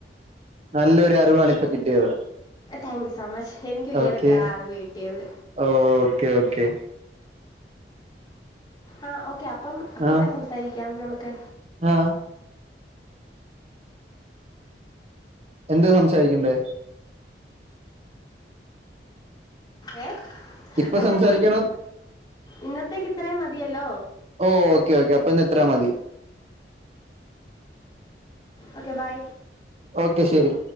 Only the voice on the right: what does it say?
നല്ലൊരു അറിവാണ് ഇപ്പൊ കിട്ടിയത്
ഓക്കെ
ഓക്കെ ഓക്കെ
ആഹ്
ആഹ് എന്ത് സംസാരിക്കണ്ടേ
ഇപ്പൊ
സംസാരിക്കണം
ഓ ഓക്കെ ഓക്കെ അപ്പൊ ഇന്ന് ഇത്രേം മതി
ഓക്കെ ശരി